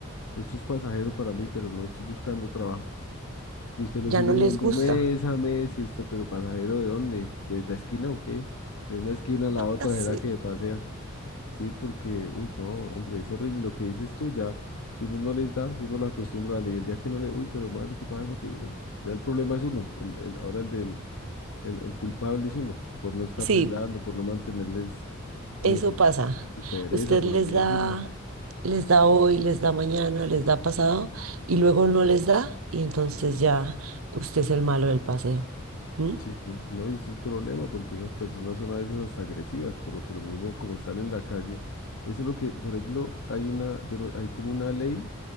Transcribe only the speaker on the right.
Ya no
les gusta.
Así.
Sí,
eso
pasa.
Usted
les
da, les da hoy, les da mañana, les da pasado y luego no les da y entonces ya usted es el malo del paseo. ¿Mm?